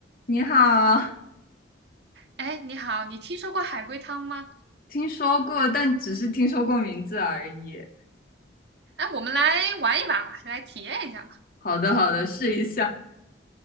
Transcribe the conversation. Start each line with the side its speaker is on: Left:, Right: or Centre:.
Left: 你好，
Right: 哎，你好，你听说过海龟汤吗？
Left: 听说过，但只是听说过名字而已。
Right: 哎，我们来玩一把吧，来体验一下吧。
Left: 好的，好的，试一下。